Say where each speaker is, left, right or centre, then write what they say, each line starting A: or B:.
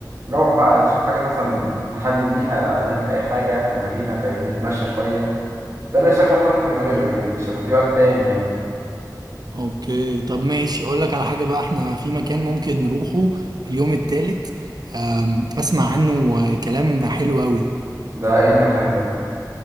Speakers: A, on the right; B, on the right.
A: نروح بقى نشوف حاجة مثلا نحل بيها نعمل أي حاجة في المدينة فاهمني نتمشى شوية ده أنا شايف اللي احنا ممكن نعمله
B: مم.
A: لكن مش هيبقى في وقت تاني يعني
B: اوكي طب ماشي اقول لك على حاجة بقى احنا في مكان ممكن نروحه اليوم التالت أم، اسمع عنه آه، كلام حلو قوي
A: ده إيه المكان ده؟